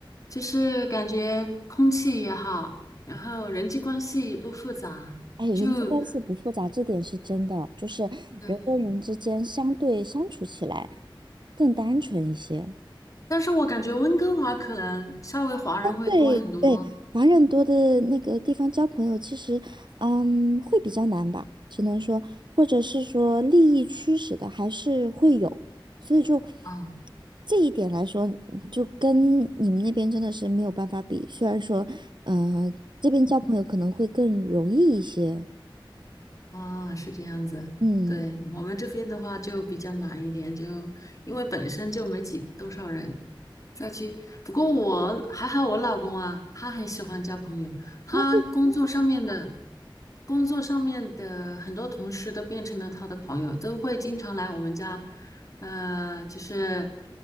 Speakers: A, on the left; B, on the right.
A: 就是感觉空气也好，然后人际关系也不复杂，
B: 哎，人际关系不复杂，
A: 就
B: 这点是真的，就是人跟人之间相对相处起来
A: 对。
B: 更单纯一些。
A: 但是我感觉温哥华可能稍微华人会多很多，
B: 对对，华人多的那个地方交朋友，其实，嗯，会比较难吧，只能说，或者是说利益驱使的还是会有，所以就
A: 嗯。
B: 这一点来说，就跟你们那边真的是没有办法比。虽然说，呃，这边交朋友可能会更容易一些，
A: 啊，是这样子。
B: 嗯。
A: 对，我们这边的话就比较难一点，就因为本身就没几多少人再去。不过我还好，我老公啊，他很喜欢交朋友，他工作上面的
B: 那。
A: 工作上面的很多同事都变成了他的朋友，都会经常来我们家，呃，就是